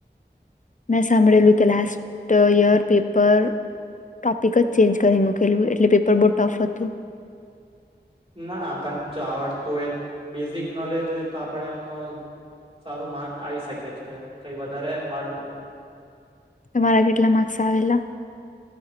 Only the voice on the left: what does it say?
મેં સાંભળેલું કે લાસ્ટ યર પેપર ટોપિક જ ચેન્જ કરી મૂકેલું એટલે પેપર બો ટફ હતું
તમારા કેટલા માર્ક્સ આવેલા